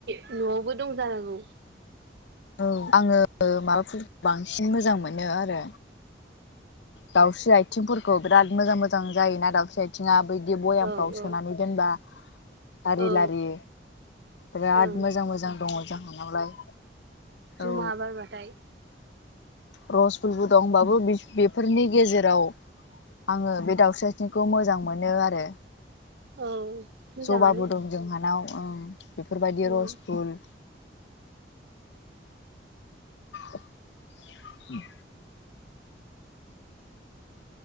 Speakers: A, on the right; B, on the left.
A: नआवबो दंजानांगौ?
B: औ आङो माबाफोरखौ बांसिन मोजां मोनो आरो दाउस्रि आथिंफोरखौ बिराद मोजां मोजां जायोना दाउस्रि आथिङा बिब्दि बयामफ्राव
A: औ औ
B: सोनानै दोनबा लारि
A: औ
B: लारि बिराद
A: ओं
B: मोजां मोजां दङ जोंहानावलाय।
A: जुमा
B: औ
A: बारबाथाय
B: रस फुलबो दंबाबो बेफोरनि गेजेराव आङो बे दाउस्रिआइथिंखौ मोजां मोनोआरो
A: औ। मोजाङानो
B: जबाबो दं जोंहानाव ओं बेफोरबायदि
A: उम
B: रस फुल <inaudible>